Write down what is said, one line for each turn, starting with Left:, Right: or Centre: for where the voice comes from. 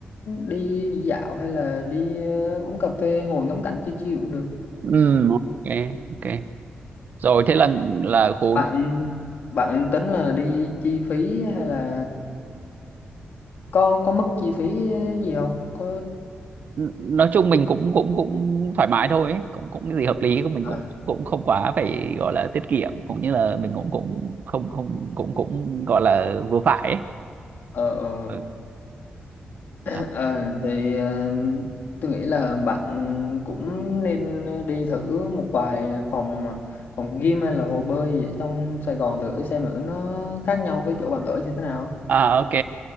Left: đi, đi dạo hay là đi ờ, uống cà phê ngồi ngắm cảnh chill chill cũng được.
Right: ừ ok ok rồi thế là là khu
Left: Bạn bạn tính là đi chi phí hay là có có mức chi phí gì không? Có
Right: nói chung mình cũng cũng cũng thoải mái thôi ấy. cũng cũng cái gì hợp lý của mình
Left: à,
Right: cũng cũng không quá phải gọi là tiết kiệm cũng như là mình cũng cũng không không cũng cũng gọi là vừa phải ấy.
Left: ờ, ờ.
Right: ừ. Đó.
Left: Ờ, thì ờ, tôi nghĩ là bạn cũng nên đi thử một vài phòng phòng gym hay là hồ bơi gì ở trong Sài Gòn thử xem thử nó khác nhau với chỗ bạn ở như thế nào.
Right: à ok